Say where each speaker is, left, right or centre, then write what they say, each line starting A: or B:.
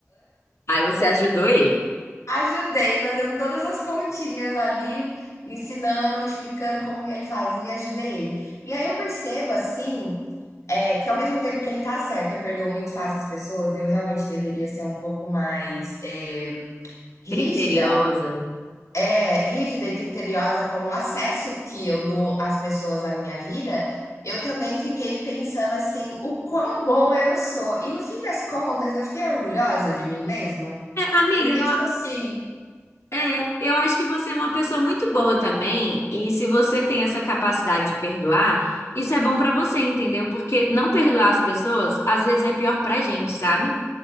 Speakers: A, on the left (about 65°); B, on the left (about 80°).
A: Aí você ajudou ele.
B: Ajudei fazendo todas as continhas ali, ensinando, explicando como que ele fazia, ajudei ele. E aí eu percebo assim, eh, que ao mesmo tempo que ele tá certo, eu perdoo muito fácil as pessoas, eu realmente deveria ser um pouco mais, eh, rígida
A: Criteriosa.
B: é, rígida e criteriosa com o acesso que eu dou às pessoas à minha vida, eu também fiquei pensando assim, o quão boa eu sou. E no fim das contas, eu fiquei orgulhosa de mim mesma,
A: É, amiga,
B: porque
A: eu,
B: tipo assim
A: é, eu acho que você é uma pessoa muito boa também, e se você tem essa capacidade de perdoar, isso é bom pra você, entendeu? Porque não perdoar as pessoas, às vezes é pior pra gente, sabe?